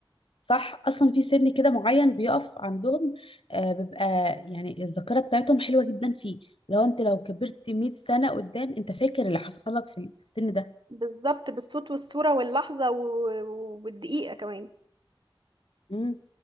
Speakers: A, on the left; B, on the right.
A: صح اصلا في سن كده معين بيقف عندهم آه بيبقى يعني الذاكره بتاعتهم حلوه جدا فيه لو انت لو كبرت 100 سنه قدام انت فاكر اللي حصل لك في في السن ده
B: بالظبط بالصوت والصورة واللحظة و- و- والدقيقة كمان
A: مم.